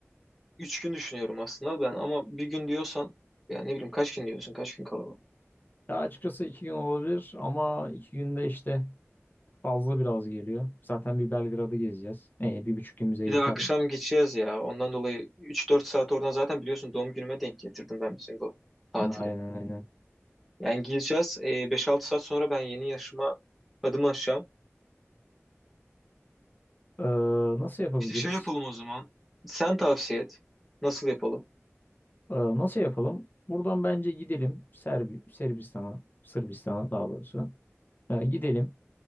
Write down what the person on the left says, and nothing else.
Ya açıkçası iki gün olabilir ama iki günde işte fazla biraz geliyor. Zaten bir Belgrad'ı gezeceğiz. Ee, bir buçuk gün bize yeter.
Aynen aynen.
Ee, nasıl yapabiliriz?
Ee, nasıl yapalım? Buradan bence gidelim Serbi Sırbistan'a, Sırbistan'a daha doğrusu. Ee, gidelim.